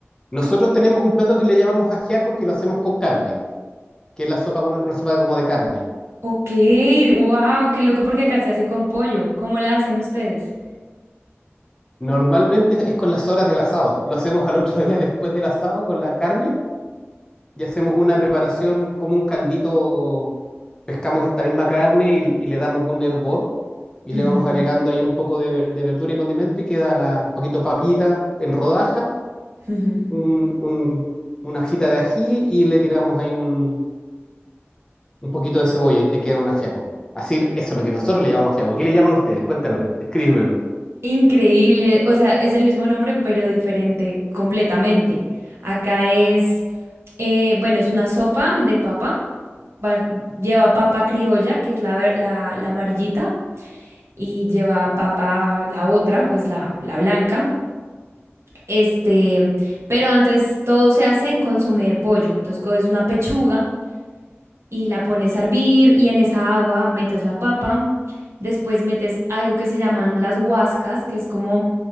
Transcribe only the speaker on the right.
Ok, wow, qué loco porque acá se hace con pollo. ¿Cómo la hacen ustedes?
Ujú,
ujú.
Increíble, o sea, es el mismo nombre pero diferente completamente. Acá es, eh, bueno, es una sopa de papa, va- lleva papa criolla, que es la, ver- la, la amarillita. y lleva a papa la otra, pues la, la blanca. Este, pero antes todo se hace en consomé de pollo. Entonces coges una pechuga y la pones a hervir y en esa agua metes la papa. Después metes algo que se llaman las guascas que es como